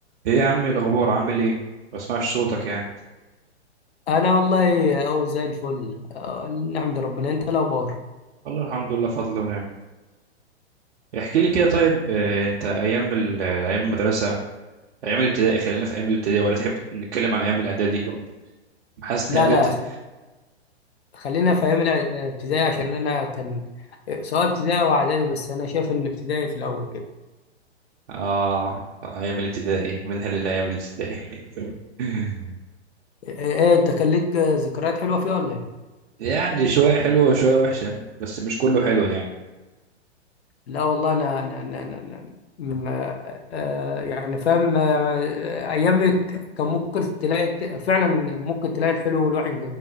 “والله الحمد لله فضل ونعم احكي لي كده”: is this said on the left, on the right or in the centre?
Right